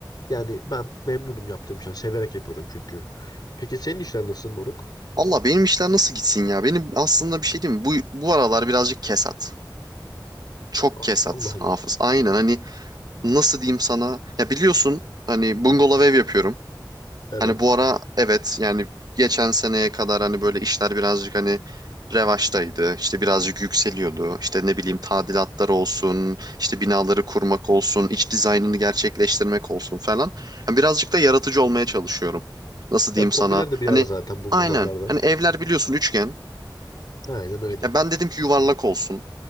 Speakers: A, on the left (about 55°); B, on the right (about 55°).
A: yani ben memnunum yaptığım işten. Severek yapıyorum çünkü. Peki senin işler nasıl moruk?
B: Allah benim işler nasıl gitsin ya? Benim aslında bir şey diyeyim mi? Bu, bu aralar birazcık kesat. Çok
A: A-
B: kesat
A: Allah Allah.
B: Hafız. Aynen hani nasıl diyeyim sana? Ya biliyorsun hani bungalov ev yapıyorum.
A: Evet.
B: Hani bu ara evet yani geçen seneye kadar hani böyle işler birazcık hani revaçtaydı. İşte birazcık yükseliyordu. İşte ne bileyim tadilatlar olsun, işte binaları kurmak olsun, iç dizaynını gerçekleştirmek olsun falan. Hani birazcık da yaratıcı olmaya çalışıyorum. Nasıl diyeyim
A: Ya, popüler
B: sana?
A: de
B: Hani
A: bir ara zaten bungalovlarda.
B: aynen. Hani evler biliyorsun üçgen.
A: Aynen öyle.
B: Ya ben dedim ki yuvarlak olsun.